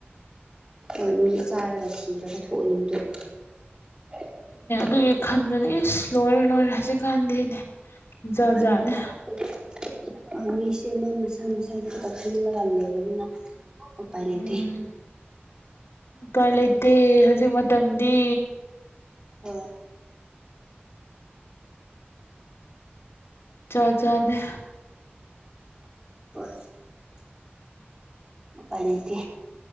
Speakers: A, on the right (about 25°); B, on the left (about 80°).
A: ꯍꯣꯏ ꯃꯤ ꯆꯥꯔꯒ ꯁꯤꯔꯒ ꯊꯣꯛꯑꯅꯤꯡꯗ <unintelligible>
B: ꯑꯗꯨꯏ ꯈꯟꯕꯅꯦ ꯏꯁ ꯂꯣꯏꯔꯦ ꯂꯣꯏꯔꯦ ꯍꯧꯖꯤꯛꯀꯥꯟꯗꯤꯅꯦ ꯖꯥꯠ
A: ꯎꯝ
B: ꯖꯥꯠꯅꯦ
A: <unintelligible> ꯍꯣꯏ ꯃꯤꯁꯦ ꯃꯣꯏ ꯃꯁꯥ ꯃꯁꯥꯒꯤ ꯈꯤꯇ ꯈꯜꯂꯒ ꯂꯩꯔꯝꯅꯤꯅ ꯎꯄꯥꯏ ꯂꯩꯇꯦ
B: ꯎꯝ ꯎꯄꯥꯏ ꯂꯩꯇꯦ ꯍꯧꯖꯤꯛ ꯃꯇꯝꯗꯤ
A: ꯍꯣꯏ
B: ꯖꯥꯠ ꯖꯥꯠꯅꯦ
A: <unintelligible> ꯎꯄꯥꯏ ꯂꯩꯇꯦ